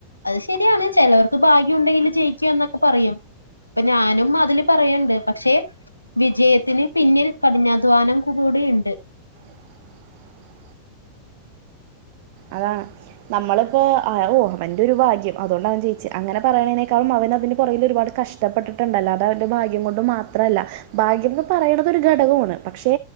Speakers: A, on the left; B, on the right.
A: അത് ശരിയാണ് ചിലവർക്ക് ഭാഗ്യം ഉണ്ടെങ്കില് ജയിക്കുവ എന്നൊക്കെ പറയും ഇപ്പൊ ഞാനും അതില് പറയണ്ട് പക്ഷേ വിജയത്തിന് പിന്നില് കഠിനാധ്വാനം കൂടെയുണ്ട്
B: <unintelligible> അതാണ് നമ്മളിപ്പ ഓ അവന്റെ ഒരു ഭാഗ്യം അതുകൊണ്ട അവൻ ജയിച്ച അങ്ങനെ പറയണതിനേക്കാളും അവ അതിന് പുറെകിൽ ഒരുപാട് കഷ്ടപ്പെട്ടിട്ടുണ്ട് അ ല്ലാതെ അവന്റെ ഭാഗ്യാം കൊണ്ട് മാത്രല്ല ഭാഗ്യം എന്ന്പറയുന്നത് ഒരു ഘ ടകം പക്ഷെ